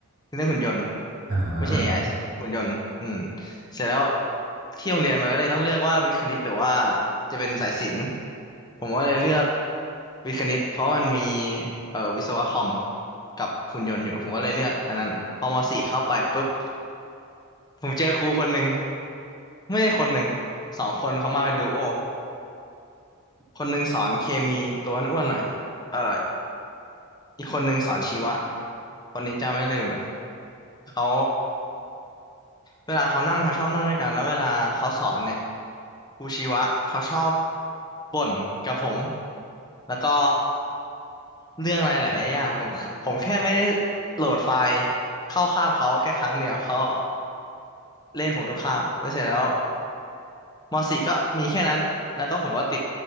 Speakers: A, on the left; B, on the right.
A: เรื่องหุ่นยนต์
B: อ่า
A: ไม่ใช่ AI สิหุ่นยนต์อืมเสร็จแล้วที่โรงเรียนมันก็เลยต้องเลือกว่าวิทย์คณิตหรือว่าจะเป็นสายศิลป์ผมก็เลยเลือกวิทย์คณิตเพราะมันมีเอ่อวิศวะคอม กับหุ่นยนต์อยู่ผมก็เลยเลือกอันนั้นพอมสี่เข้าไปปุ๊บผมเจอครูคนหนึ่งไม่ใช่คนหนึ่งสองคนเขามาเป็นดูโอคนหนึ่งสอนเคมีตัวอ้วนๆหน่อยเอ่ออีกคนหนึ่งสอนชีวะคนนี้จำไม่ลืมเลยเขาเวลาเขานั่งเขาชอบนั่งด้วยกันแล้วเวลาเขาสอนเนี่ยครูชีวะเขาชอบบ่นกับผมแล้วก็เรื่องอะไรหลายๆอย่างผมผมแค่ไม่ได้โหลดไฟล์เข้าคาบเขาแค่ครั้งเดียวเขา เล่นผมทุกคาบแล้วเสร็จแล้วมสี่ก็มีแค่นั้นแล้วก็ผมก็ติด